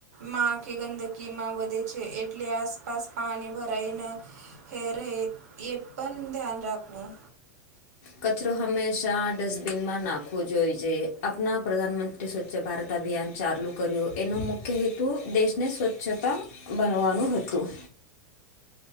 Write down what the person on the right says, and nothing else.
માંખી એ ગંદકીમાં વધે છે એટલે આસપાસ પાણી ભરાઈને એ રહે એ પણ ધ્યાન રાખવું.